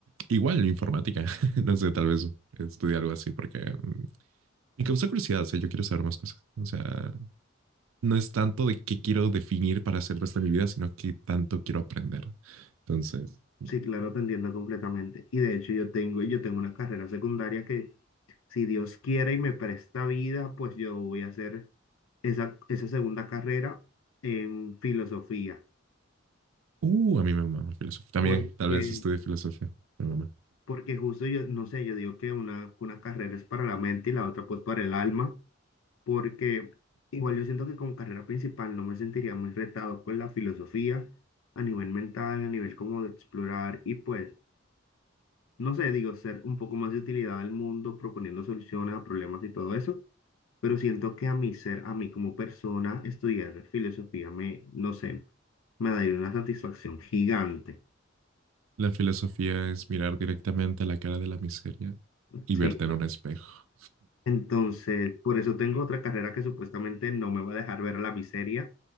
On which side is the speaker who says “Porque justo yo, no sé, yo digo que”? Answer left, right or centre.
Left